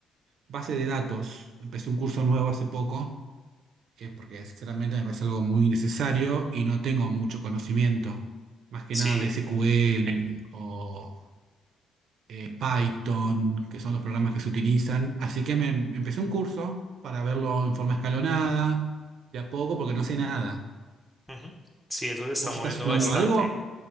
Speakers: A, on the right (about 70°); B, in the centre.
A: base de datos. Empecé un curso nuevo hace poco eh, porque sinceramente me parece algo muy necesario y no tengo mucho conocimiento, más que
B: sí.
A: nada de SQL o eh, Python, que son los programas que se utilizan. Así que me empecé un curso para verlo en forma escalonada, de a poco, porque no sé nada.
B: ujú. Sí, eso se está
A: ¿Vos
B: moviendo
A: estás estudiando
B: bastante.
A: algo?